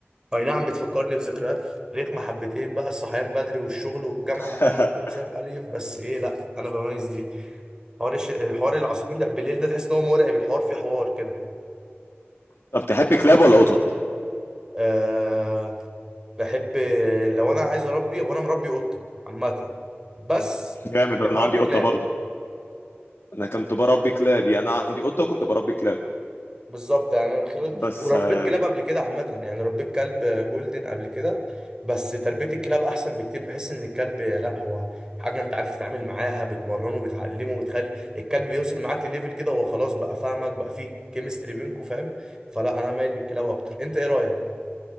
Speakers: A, on the right; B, on the left.
A: اي نعم بتفكرني بذكريات رخمة حبتين بقى الصحيان بدري والشغل والجامعة
B: <laughs>
A: فاهم وسام ألف بس ايه لا انا بميز دي حوار الش... حوار العصافير اللي بالليل ده تحس ان هو مرعب الحوار فيه حوار كده
B: طب تحب كلاب ولا قطط
A: أه بحب لو انا عايز اربي وانا مربي قطة عامة بس
B: جامد
A: احب
B: انا
A: اربي
B: عندي قطه
A: كلاب
B: برضه انا كنت بربي كلاب يعني انا عندي قطه وكنت بربي كلاب
A: بالظبط يعني أنا خلال
B: بس
A: وربيت
B: آه،
A: كلاب قبل كده عامة يعني ربيت كلب جولدن قبل كده بس تربية الكلاب أحسن بكتير بحس إن الكلب لا هو حاجة أنت عارف تتعامل معاها بتمرنه بتعلمه بتخلي الكلب بيوصل معاك لليفل كده هو خلاص بقى فاهمك بقى فيه كيمستري بينكوا فاهم فلا أنا مايل للكلاب أكتر أنت إيه رأيك؟